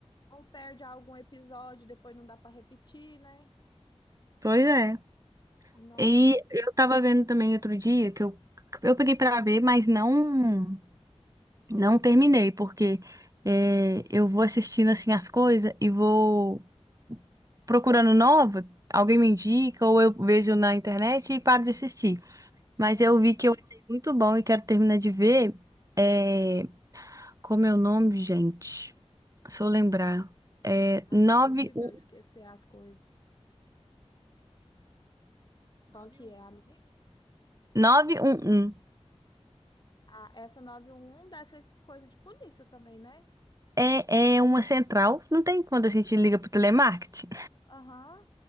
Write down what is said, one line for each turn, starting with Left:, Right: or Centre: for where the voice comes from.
Left: Ou perde algum episódio, depois não dá para repetir, né?
Right: Pois é.
Left: Nossa,
Right: E eu tava vendo também outro dia que eu, eu peguei pra ver, mas não não terminei, porque é, eu vou assistindo assim as coisas e vou procurando nova, alguém me indica ou eu vejo na internet e paro de assistir. Mas
Left: ah,
Right: eu vi que eu achei muito bom e quero terminar de ver. É... Como é o nome, gente? Se eu lembrar. É
Left: ai,
Right: 91.
Left: é horrível esquecer as coisas. Qual que é, amiga?
Right: 911.
Left: Ah, essa 911 deve ser coisa de polícia também, né?
Right: É, é uma central. Não tem quando a gente liga pro telemarketing.
Left: Aham,